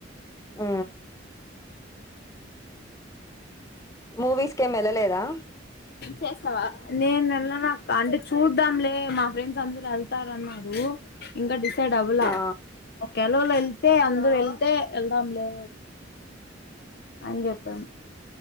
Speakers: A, on the left; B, on the left.
A: ఆ మూవీస్కీ ఏం ఎళ్ళలేదా.
B: చేస్తావా నేను వెళ్ళనక్క అంటే చూద్దాంలే మా ఫ్రెండ్స్ అందరు వెళ్తారన్నారు ఇంకా డిసై డ్ అవలా
A: ఆ
B: కేరళోలు వెళ్తే అందరం వెళ్తే ఎల్దాంలే. అని చెప్పాను.